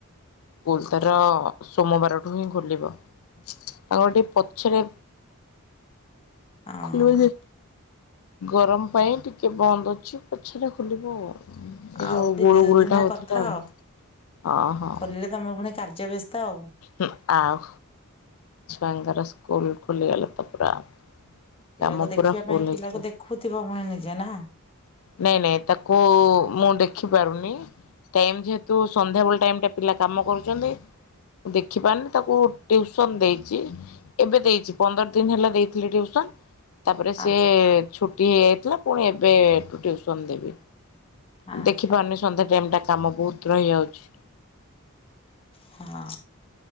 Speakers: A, on the left; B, on the left.
A: ସ୍କୁଲ ତାର ସୋମବାରଠୁ ହିଁ ଖୋଲିବ। ତାଙ୍କର ସେଠି ପଛରେ
B: ହଁ
A: ଖୋଲିବ ଯେ, ଗରମ ପାଇଁ ଟିକେ ବନ୍ଦ ଅଛି, ପଛରେ ଖୋଲିବ ଆଉ। ଏଇ
B: ଆଉ
A: ଯୋଉ
B: ଦିନେ
A: ଗୁଳୁଗୁଳି
B: ଦୁଇ ଦିନ
A: ଟା ହେଇଥିଲା
B: କଥା
A: ଆଉ। ଅ ହଁ।
B: ଖୋଲିଲେ ତମେ ପୁଣି କାର୍ଯ୍ୟ ବ୍ୟସ୍ତ ଆଉ।
A: ହୁଁ ଆଉ। ଛୁଆଙ୍କର ସ୍କୁଲ ଖୋଲିଗଲେ ତ ପୁରା
B: ପିଲାକୁ
A: କାମ
B: ଦେଖିବା
A: ପୁରା ଫୁଲ
B: ପାଇଁ, ପିଲାକୁ
A: ହେଇଯିବ।
B: ଦେଖୁଥିବ ପୁଣି ନିଜେ ନା।
A: ନାଇଁ ନାଇଁ ତାକୁ ମୁଁ ଦେଖି ପାରୁନି। ଟାଇମ ଯେହେତୁ, ସନ୍ଧ୍ୟାବେଳ ଟାଇମ ଟା ପିଲା କାମ କରୁଛନ୍ତି। ଦେଖିପାରୁନି ତାକୁ ଟିଉ ସନ୍ ଦେଇଛି। ଏବେ ଦେଇଛି, ପନ୍ଦର ଦିନ ହେଲା ଦେଇଥିଲି ଟିଉସନ୍। ତାପରେ ସିଏ
B: ଆଚ୍ଛା
A: ଛୁଟି ହେଇଯାଇଥିଲା, ପୁଣି ଏବେଠୁ ଟିଉସନ୍ ଦେବି।
B: ଆଚ୍ଛା
A: ଦେଖିପାରୁନି, ସନ୍ଧ୍ୟା ଟାଇମ ଟା କାମ ବହୁତ ରହିଯାଉଛି।
B: ହଁ।